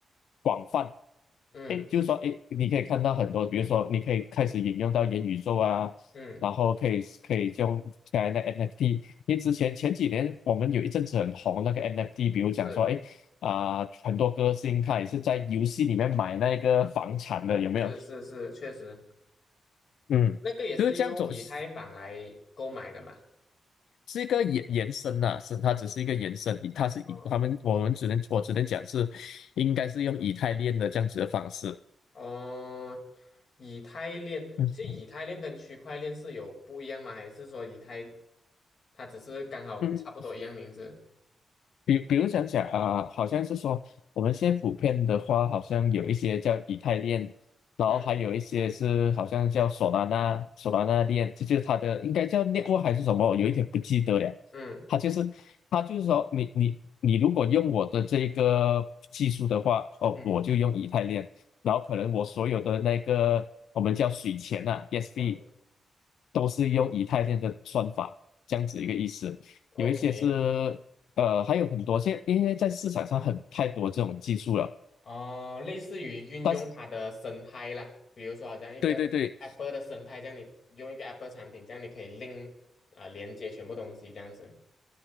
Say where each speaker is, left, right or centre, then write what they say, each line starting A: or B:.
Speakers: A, on the left (about 80°); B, on the left (about 55°).
A: 广，
B: 嗯
A: 哎，就是说，哎，你可以看到很多，比如说你可以开始引用到元宇宙啊，
B: 嗯，
A: 然后可以可以用刚才的 NFT，因为之前前几年我们有一阵子很红那个 NFT，比如讲说，
B: 是
A: 哎。啊、很多歌星他也是在游戏里面买那个房产的，有没有？
B: 是是是，确实。
A: 嗯，
B: 那个也是用以太坊来购买的嘛？
A: 就是这样走，是是一个延延伸呐、是它只是一个延伸，以它是以他们我们只能我只能讲是，
B: 哦
A: 应该是用以太链的这样子的方式。
B: 哦，以太链，
A: 嗯
B: 其实以太链跟区块链是有不一样吗？还是说以太它只是刚好差不多一样名字？
A: 嗯比比如想想啊、好像是说我们现在普遍的话，好像有一些叫以太链，然后还有一些是好像叫索拉纳、
B: 嗯
A: 索拉纳链，这就是它的应该叫 network 还是什么，我有一点不记得了。
B: 嗯
A: 它就是它就是说你你你如果用我的这一个技术的话，哦，
B: 嗯
A: 我就用以太链，然后可能我所有的那个我们叫水钱呐、ESB
B: 嗯
A: 都是用以太链的算法，这样子一个意思。
B: ，OK，
A: 有一些是呃，还有很多，现因为在市场上很太多这种技术了，
B: 哦，类似于运用它的生态啦，
A: 但是
B: 比如说好像一个
A: 对对对，
B: Apple 的生态，这样你用一个 Apple 产品，这样你可以 link 啊、连接全部东西这样子。